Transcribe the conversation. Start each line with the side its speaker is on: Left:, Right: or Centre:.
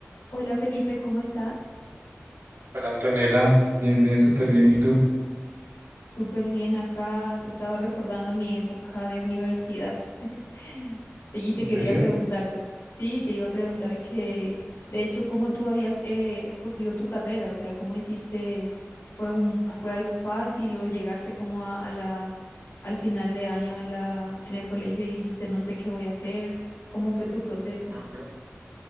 Left: Hola Felipe, ¿cómo estás?
Right: Hola Antonella, bien, bien, súper bien. ¿Y tú?
Left: Súper bien acá. Estaba recordando mi época de universidad. <laughs> Y te
Right: ¿En
Left: quería
Right: serio?
Left: preguntar, sí, te iba a preguntar que, de hecho, cómo tú habías eh, escogido tu carrera, o sea, cómo hiciste, fue un, fue algo fácil o llegaste como a, a la, al final de año en la, en el colegio y dijiste, no sé qué voy a hacer, ¿cómo fue tu proceso?
Right: Ujú.